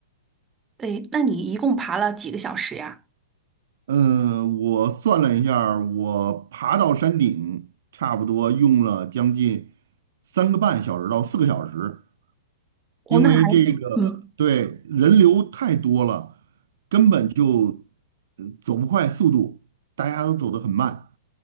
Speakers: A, on the right (about 15°); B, on the right (about 55°).
A: 对，那你一共爬了几个小时呀？
B: 嗯，我算了一下儿我爬到山顶差不多用了将近三个半小时到四个小时，
A: 哦，
B: 因为这个对人流太多了，
A: 那还，嗯，
B: 根本就呃走不快速度，大家都走得很慢。